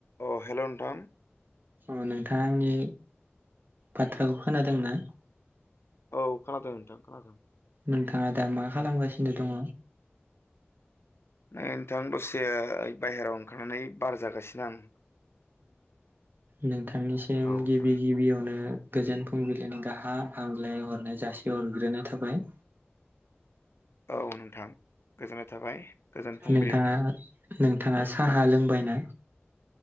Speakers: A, on the left (about 70°); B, on the right (about 50°).
A: अ hello नोंथां।
B: अ नोंथाङा आंनि बाथ्राखौ खोनादों ना?
A: औ खोनादों नोंथां खोनादों।
B: नोंथाङा दा मा खालामगासिनो दङ।
A: नै नोंथां दसे बायहेरायाव ओंखारनानै बार जागासिनो आं।
B: नोंथांनिसिम
A: औ नोंथां।
B: गिबि गिबियावनो गोजोन फुंबिलिनि गाहा हामलाय हरनाय जासि हरग्रोनाय थाबाय।
A: औ नोंथां गोजोननाय थाबाय गोजोन फुंबिलि
B: नोंथाङा
A: नोंथां।
B: नोंथाङा साहा लोंबाय ना?